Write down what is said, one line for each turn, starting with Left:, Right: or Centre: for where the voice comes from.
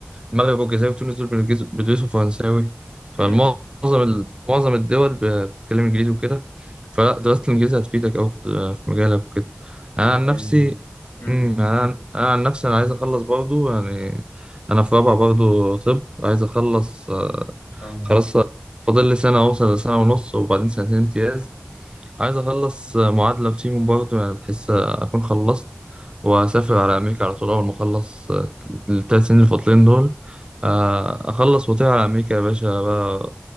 Right: المغرب والجزائر وتونس دول بيلجز- بيدرسوا فرنساوي فالمعظم
Left: امم
Right: ال- معظم الدول ب- بتتكلم انجليزي وكده فلا دراسة الانجليزي هتفيدك أوي في في مجالك وكده
Left: و
Right: أنا عن نفسي
Left: امم
Right: أمم، أنا عن أنا عن نفسي أنا عايز أخلص برضو يعني أنا في رابعة برضو طب عايز أخلص آه،
Left: ان شاء الله
Right: خلاص فاضل لي سنة أوصل لسنة ونص وبعدين سنتين امتياز عايز اخلص معادله فيهم برضه يعني بحس اكون خلصت واسافر على امريكا على طول اول ما اخلص الثلاث سنين الفاضلين دول آه، اخلص واطير على امريكا يا باشا بقى